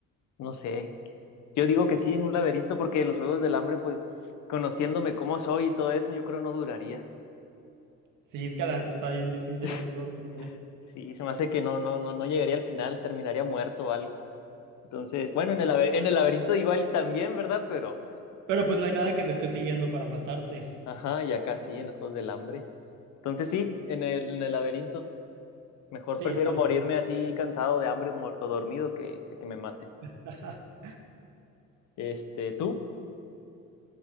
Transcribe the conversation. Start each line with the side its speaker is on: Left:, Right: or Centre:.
Left: no sé. Yo digo que sí, en un laberinto, porque en los Juegos del Hambre, pues, conociéndome cómo soy y todo eso, yo creo no duraría.
Right: Sí, es que la neta está bien difícil
Left: <laughs>
Right: ahí en los Juegos del Hambre.
Left: Sí, se me hace que no, no, no, no llegaría al final, terminaría muerto o algo. Entonces, bueno, en el, laber- en el laberinto igual y también, ¿verdad? Pero...
Right: Pero pues no hay nada que te esté siguiendo para matarte.
Left: Ajá, y acá sí, en los Juegos del Hambre. Entonces sí, en el, en el laberinto. Mejor
Right: Sí,
Left: prefiero
Right: está mejor.
Left: morirme así cansado de hambre o mor- o dormido que, que que me mate.
Right: <laughs>
Left: Este, ¿tú?